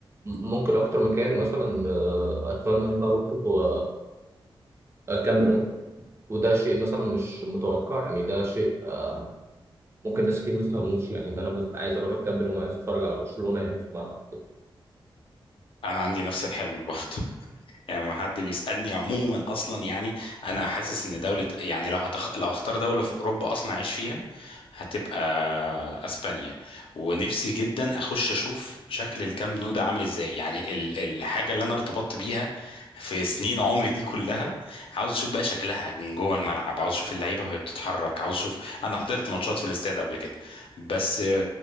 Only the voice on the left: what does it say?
انا عندي نفس الحلم برضه <laughs> يعني لما حد بيسالني عموما اصلا يعني انا حاسس ان دوله يعني لو هتخ... لو هختار دوله في اوروبا اصلا اعيش فيها هتبقى اسبانيا ونفسي جدا اخش اشوف شكل الكامب نو ده عامل ازاي يعني ال... الحاجه اللي انا ارتبطت بيها في سنين عمري دي كلها عاوز اشوف بقى شكلها من جوه الملعب عاوز اشوف اللعيبه وهي بتتحرك عاوز اشوف انا حضرت ماتشات في الاستاد قبل كده بس